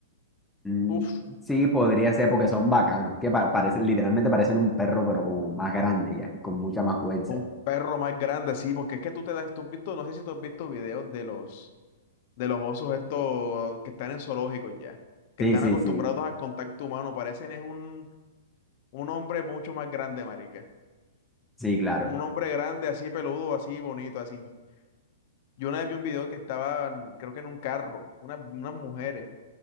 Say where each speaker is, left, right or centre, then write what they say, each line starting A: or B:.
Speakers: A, in the centre; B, on the left.
A: Mm,
B: Uf,
A: sí, podría ser porque son bacanos, que pa- parecen, literalmente parecen un perro, pero como más grande ya, y con mucha más fuerza.
B: Un perro más grande, sí, porque es que tú te das, tú has visto, no sé si tú has visto videos de los, de los osos estos que están en zoológicos ya, que
A: Sí,
B: están
A: sí,
B: acostumbrados
A: sí.
B: al contacto humano, parecen es un, un hombre mucho más grande, marica.
A: Sí, claro.
B: Un hombre grande, así peludo, así bonito, así. Yo una vez vi un video que estaban, creo que en un carro, una- unas mujeres,